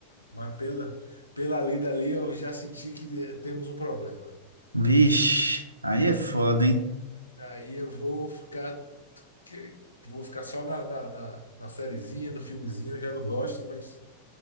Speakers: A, on the left; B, on the right.
A: Mas pela, pela lida ali, eu já senti que temos um problema.
B: Vixe, aí
A: É.
B: é foda, hein?
A: Aí eu vou ficar. que- Vou ficar só na, na, na, na sériezinha, no filmezinho, eu já não gosto, mas